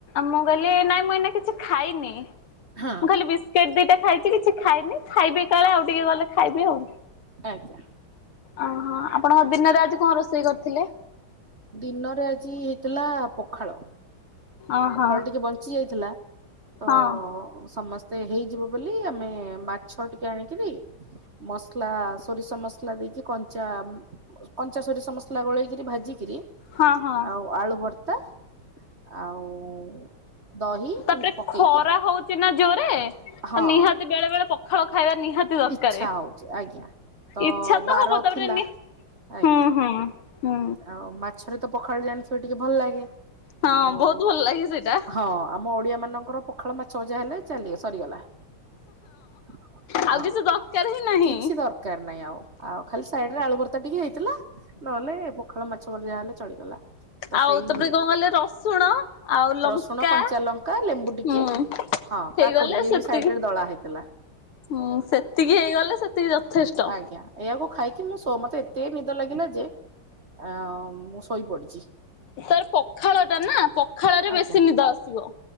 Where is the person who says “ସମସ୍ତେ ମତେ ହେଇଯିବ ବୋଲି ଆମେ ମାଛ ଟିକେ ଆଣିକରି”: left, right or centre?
Right